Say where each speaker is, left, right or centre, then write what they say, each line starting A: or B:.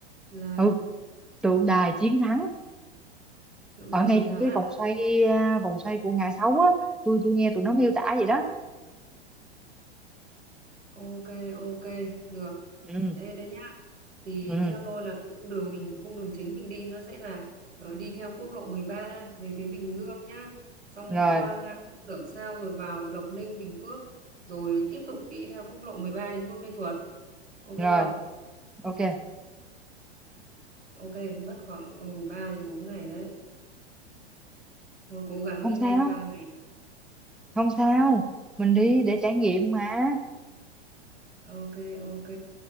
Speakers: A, on the right; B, in the centre.
A: là
B: ừ, tượng đài chiến thắng
A: tượng
B: ở
A: đài
B: ngay
A: chiến
B: chỗ
A: thắng
B: cái
A: à?
B: vòng xoay à, vòng xoay của ngã sáu á tôi tôi nghe tụi nó miêu tả vậy đó
A: Ok, ok, được.
B: ừ
A: Ê, đây nhá. Thì
B: ừ
A: theo tôi là cái cung đường mình, cung đường chính mình đi nó sẽ là ờ, đi theo quốc lộ 13 về phía Bình Dương nhá. Xong
B: rồi
A: qua ngã tư Sở Sao rồi vào Lộc Ninh, Bình Phước. Rồi tiếp tục đi theo quốc lộ 13 đến Buôn Mê Thuột. Ok
B: rồi
A: không?
B: ok
A: Ok, mất khoảng ừ 3 đến 4 ngày đấy. Thôi cố gắng
B: không
A: đi
B: sao
A: nhanh ba ngày.
B: không sao mình đi để trải nghiệm mà
A: Ok, ok.